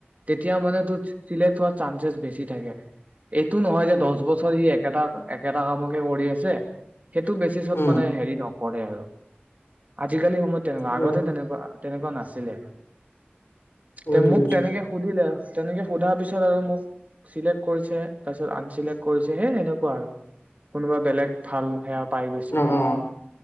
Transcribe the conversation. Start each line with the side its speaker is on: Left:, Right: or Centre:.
Right: তেতিয়া মানে তোৰ <unintelligible> চাঞ্চেছ বেছি থাকে। এইটো নহয় যে দহ বছৰ সি একেটা একেটা কামকে কৰি আছে। সেইটো বেছিছত
Left: উম
Right: মানে হেৰি ন কৰে আৰু। আ জিকালি সময়ত তেনেকুৱা।
Left: অ
Right: আগতে তেনেকুৱা- তেনেকুৱা নাছিলে।
Left: বুজিছো
Right: তে মোক
Left: বুজিছো
Right: তেনেকে সুধিলে তেনেকে সোধাৰ পিছত আৰু মোক চিলেক্ট কৰিছে, তাৰপিছত আনচিলেক্ট কৰিছে, সেই সেনেকুৱা আৰু। কোনোবা বেলেগ ভাল সেয়া পাই গৈছে,
Left: অ অ